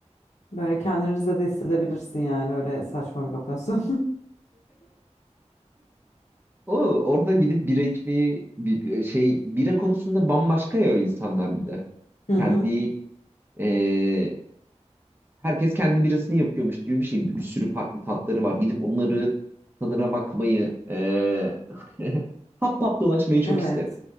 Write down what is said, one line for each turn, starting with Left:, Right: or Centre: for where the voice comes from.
Left: Böyle kendinizi de hissedebilirsin yani öyle saçma bir lokasyon.
Right: o orada gidip bira içmeyi bi- bi- e, şey bira konusunda bambaşka ya o insanlar bir de
Left: <laughs> Hı hı.
Right: kendi e, herkes kendi birasını yapıyormuş gibi bir şey bir sürü farklı tatları var gidip onları tadına bakmayı e, <laughs> pap pap dolaşmayı çok
Left: Evet.
Right: isterim.